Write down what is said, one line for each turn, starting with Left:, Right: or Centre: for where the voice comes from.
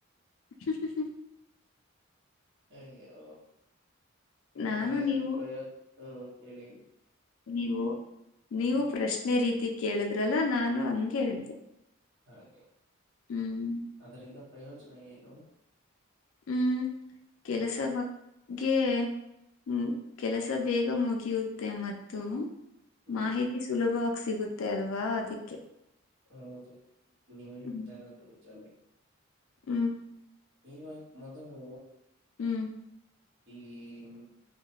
Left: <unintelligible>
Right: ಅಯ್ಯೋ ಅಂದ್ರೆ
Left: ನಾನು ನೀವು
Right: ಪ್ರಯತ್ನ ಹೇಳಿ ಹೇಳಿ.
Left: ನೀವು ನೀವು
Right: ಹ್ಮ್
Left: ಪ್ರಶ್ನೆ ರೀತಿ ಕೇಳಿದ್ರಲ್ಲ ನಾನು ಹಂಗೆ ಹೇಳದೆ.
Right: ಹಾಗೆ.
Left: ಹ್ಮ್.
Right: ಅದರಿಂದ ಪ್ರಯೋಜನ ಏನು
Left: ಹ್ಮ್ ಕೆಲಸ
Right: ಹ್ಮ್
Left: ಬ ಗ್ಗೆ ಹ್ಮ ಕೆಲಸ ಬೇಗ ಮುಗಿಯುತ್ತೆ ಮತ್ತು
Right: ಹ್ಮ್
Left: ಮಾಹಿತಿ ಸುಲಭವಾಗಿ ಸಿಗುತ್ತೆ ಅಲ್ವಾ ಅದಕ್ಕೆ.
Right: ಹೌದು ನೀವೇಳ್ತಾ
Left: ಹ್ಮ್
Right: ಇರದು ನಿಜಾನೆ.
Left: ಹ್ಮ್.
Right: ಈವಾಗ ಮೊದಲು
Left: ಹ್ಮ್.
Right: ಈ ಮ್